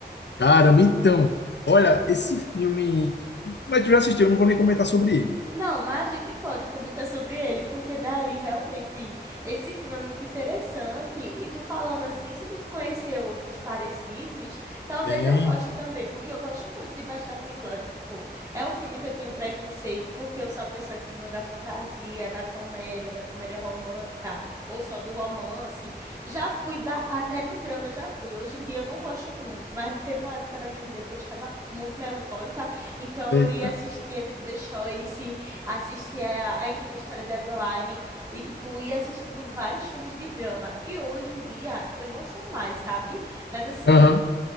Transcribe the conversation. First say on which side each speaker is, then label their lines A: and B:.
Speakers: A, on the left (about 75°); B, on the right (about 20°).
A: Caramba, então, olha, esse filme. Mas tu já assistiu, eu não vou nem comentar sobre ele.
B: Não, mas a gente pode comentar sobre ele, porque daí realmente esse filme é muito interessante. E tu falando assim, se tu conhecer outros parecidos, talvez
A: Tem.
B: eu goste também, porque eu gosto muito de Bastardos Inglórios. Tipo, é um filme que eu tenho um preconceito, porque eu sou a pessoa que vem da fantasia, da comédia, da comédia romântica, ou só do romance. Já fui da- até do drama, eu já fui. Hoje em dia eu não gosto muito, mas teve uma época da minha vida que eu estava muito melancólica, então eu
A: Eita.
B: ia assistir, é tipo, The Choice assistia a, a Incrível História de Adeline e, tipo, ia assistindo vários filmes de drama. E hoje em dia eu não sou mais, sabe? Mas assim,
A: Aham.